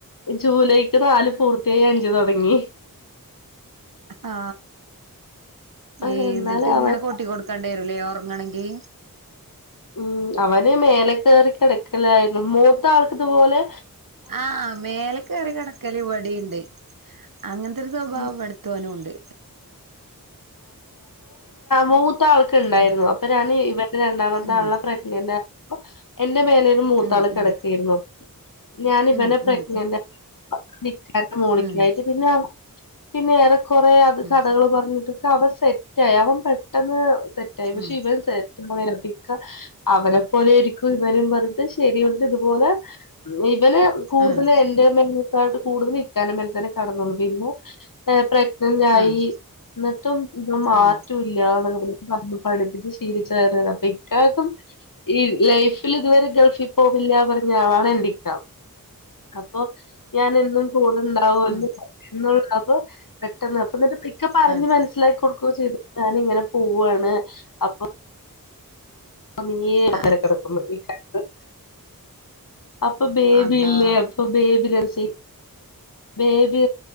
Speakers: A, on the left (about 65°); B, on the right (about 65°).
A: ജൂലൈക്ക് നാല് പൂർത്തിയായി അഞ്ച് തൊടങ്ങി
B: ആ
A: ആ,
B: ഏ
A: എന്നാലും
B: എന്നിട്ട് ഇങ്ങനെ
A: അവൻ
B: കൊട്ടി കൊടുക്കേണ്ടി വരുമല്ലേ ഒറ ങ്ങണെങ്കി
A: ഉം അവന് മേലെ കേറി കെടക്കലായിരുന്നു മൂത്ത ആൾക്കിതുപോലെ
B: ആഹ മേലെ കേറി കെടക്കല് ഇവിടേം ഉണ്ട് അങ്ങനത്തെരു സ്വഭാവം
A: ഉം
B: ഇവിടത്തോനുമുണ്ട്
A: മൂത്താൾക്ക് ഉണ്ടായിരുന്നു
B: ഉം
A: അപ്പൊഴാണ് ഇവന രണ്ടാമത്താളെ
B: ഉം
A: പ്രെഗ്നന്റ് ആയപ്പോ എ ന്റെ മേലേലും മൂത്താള്
B: ഉം
A: കെടക്കായിരുന്നു
B: ഉം
A: ഞാനിവനെ
B: ഉം
A: <inaudible> <unintelligible>
B: ഉം ഉം
A: പിന്നെ ഏറെ കൊറെ അത്
B: ഉം
A: കഥകള്
B: ഉം
A: പറഞ്ഞിട്ട് അവ, സെറ്റായി, അവൻ പെട്ടെന്ന്, സെറ്റായി, പക്ഷെ,
B: ഉം
A: ഇവൻ, സെറ്റ്, ഇക്ക അവരെ, പോലെ, രിക്കും, ഇവരും, പറഞ്ഞ ശരിയുണ്ട്, ഇതുപോലെ, ഇവനെ, കൂടുതല്,
B: ആഹ്
A: എന്റെ, മേ <unintelligible> കിടന്നോളും, പിന്നെ, പ്രേഗ്നെന്റായി,
B: ആഹ്
A: ന്ന ട്ടും, ഇവൻ, മാറ്റല്ല
B: ആഹ്
A: <unintelligible> പഠിപ്പിച്, ശീലിച്ചോയ, അപ്പൊക്കാക്കും, ഈ, ലൈഫിലിത് വരെ, ഗൾഫ്‌യ് ല്ല, പറഞാളാണ്, എന്റിക്ക. അപ്പൊ, ഞാനെന്നും, കൂടെണ്ടാവല്ലോ,
B: ഉം
A: എന്നുള്ള, അപ്പ, പെട്ടെന്ന്, അപ്പൊ ഇക്കെ, പറഞ്ഞഞ്,
B: ആഹ്
A: മനസ്സിലാക്കി, കൊടുക്ക, ക്കെ, ചെയ്ത ഞാനിങ്ങനെ, പോവാണ്, അപ്പൊ <unintelligible>
B: ആഹ്
A: അപ്പൊ, ബേബില്ലേ,
B: അതാ
A: അപ്പൊ, ബേബി, രസ, ബേബി